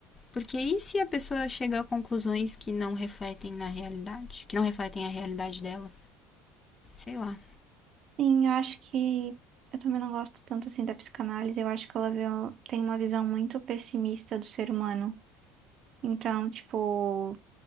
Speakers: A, on the left (about 25°); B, on the right (about 50°).
A: Porque e se a pessoa chega a conclusões que não refletem na realidade? Que não refletem a realidade dela? Sei lá.
B: Sim, eu acho que eu também não gosto tanto assim da psicanálise. Eu acho que ela vê- tem uma visão muito pessimista do ser humano. Então, tipo,